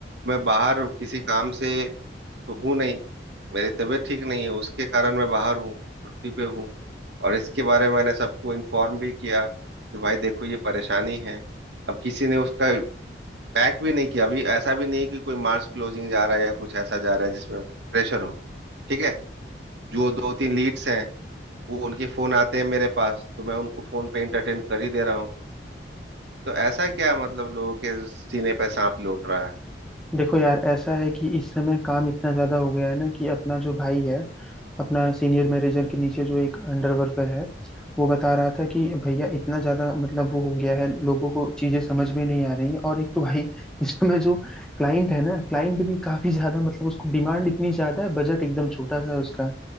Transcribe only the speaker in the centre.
देखो यार ऐसा है कि इस समय काम इतना ज्यादा हो गया है ना कि अपना जो भाई है अपना सीनियर मैनेजर के नीचे जो एक अंडर वर्कर है वो बता रहा था कि भैया इतना ज्यादा मतलब वो हो गया है लोगों को चीजें समझ में नहीं आ रही है और एक तो भाई इस समय जो क्लाइंट है ना क्लाइंट भी काफी ज्यादा मतलब उसको डिमांड इतनी ज्यादा है बजट एकदम छोटा सा है उसका